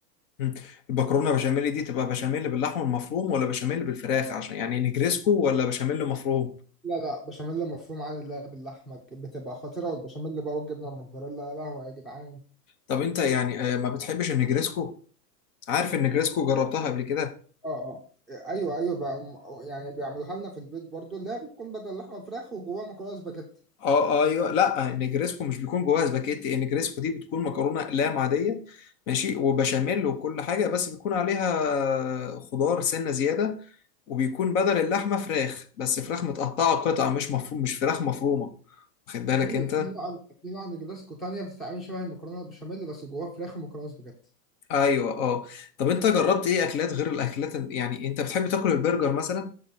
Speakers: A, on the left; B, in the centre.
A: مم. المكرونه بشاميل دي تبقى بشاميل باللحمه المفروم ولا بشاميل بالفراخ
B: اه
A: عشان يعني نجريسكو ولا بشاميل مفروم
B: لا لا بشاميل مفروم عادي اللي هي باللحمة بتبقى خطيرة والبشاميل بقى والجبنة الموتزاريلا يا لهوي يا جدعان
A: طب انت يعني آه ما بتحبش النجريسكو عارف النجريسكو جربتها قبل كده
B: اه اه ايوه ايوه بقى يعني بيعملوها لنا في البيت برضو اللي هي بتكون بدل لحمه فراخ وجواها مكرونه سباجيتي
A: اه آه، ايوه لا النجريسكو مش بيكون جواها سباكيتي النجريسكو دي بتكون مكرونه اقلام عاديه ماشي وبشاميل وكل حاجه بس بيكون عليها خضار سنه زياده وبيكون بدل اللحمة فراخ بس فراخ متقطعة قطع مش مفروم مش فراخ مفرومة واخد بالك
B: في
A: انت
B: في نوع في نوع نجرسكو تانية بتتعمل شبه المكرونه البشاميل بس جواها فراخ ومكرونه سباجيتي
A: ايوه اه طب انت جربت ايه اكلات غير الاكلات ال- يعني انت بتحب تاكل البرجر مثلا